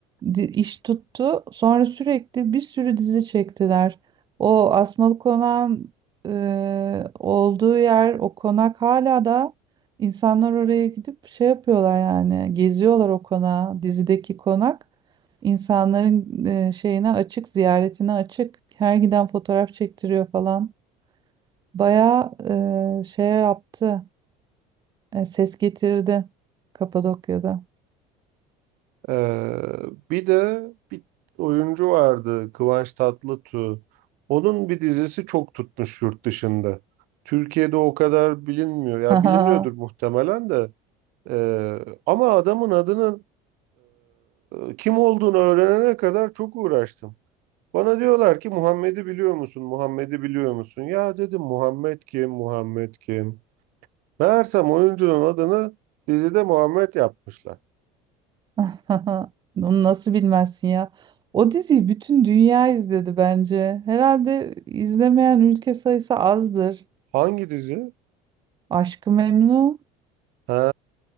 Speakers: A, on the right; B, on the right.
A: di- iş tuttu. Sonra sürekli bir sürü dizi çektiler. O Asmalı Konak'ın e, olduğu yer, o konak hala da insanlar oraya gidip şey yapıyorlar yani. Geziyorlar o konağı, dizideki konak. insanların e, şeyine açık, ziyaretine açık. Her giden fotoğraf çektiriyor falan. Bayağı e, şey yaptı, e, ses getirdi Kapadokya'da.
B: Ee, bir de bir oyuncu vardı Kıvanç Tatlıtuğ. Onun bir dizisi çok tutmuş yurt dışında. Türkiye'de o kadar bilinmiyor. Ya
A: <laughs>
B: biliniyordur muhtemelen de. Ee, ama adamın adının e, kim olduğunu öğrenene kadar çok uğraştım. Bana diyorlar ki Muhammed'i biliyor musun? Muhammed'i biliyor musun? Ya dedim Muhammed kim? Muhammed kim? Meğersem oyuncunun adını dizide Muhammed yapmışlar.
A: <laughs> Onu nasıl bilmezsin ya? O diziyi bütün dünya izledi bence. Herhalde izlemeyen ülke sayısı azdır.
B: Hangi dizi?
A: Aşk-ı Memnu.
B: Ha,